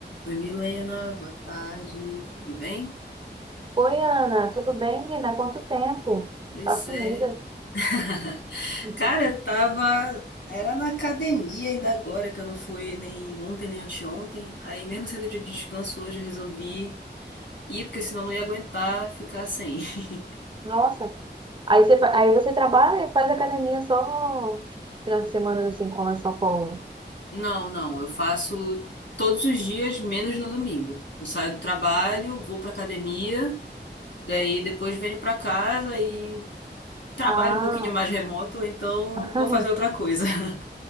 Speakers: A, on the left; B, on the right.
A: Oi, Milena, boa tarde, tudo bem?
B: Oi, Ana, tudo bem, menina? Quanto tempo?
A: Pois
B: Tá sumida.
A: é. <laughs>
B: Uhum.
A: Cara, eu tava. Era na academia ainda agora, que eu não fui nem ontem nem anteontem. Aí, mesmo sendo dia de descanso hoje, eu resolvi ir, porque senão eu não ia aguentar ficar sem. <laughs>
B: Nossa. Aí você, fa- aí você trabalha e faz academia só no final de semana, assim, com essa à folga.
A: Não, não, eu faço todos os dias, menos no domingo. Eu saio do trabalho, vou pra academia, daí depois venho pra casa e trabalho
B: Ah,
A: um pouquinho mais remoto, então
B: <laughs>
A: vou fazer outra coisa. <laughs>